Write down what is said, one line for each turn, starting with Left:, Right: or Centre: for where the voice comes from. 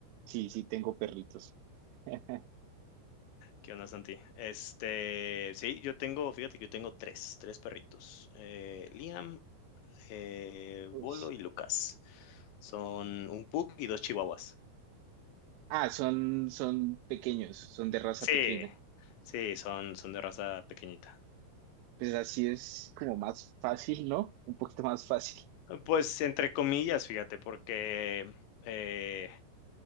Right: Sí, sí, tengo perritos. <laughs>
Left: ¿Qué onda, Santi? Este, sí, yo tengo, fíjate que yo tengo tres, tres perritos. Eh, Liam, eh,
Right: Uy.
Left: Bolo y Lucas. Son un pug y dos chihuahuas.
Right: Ah, son, son pequeños, son de raza
Left: Sí,
Right: pequeña.
Left: sí, son, son de raza pequeñita.
Right: Pues así es como más fácil, ¿no? Un poquito más fácil.
Left: Pues entre comillas, fíjate, porque eh,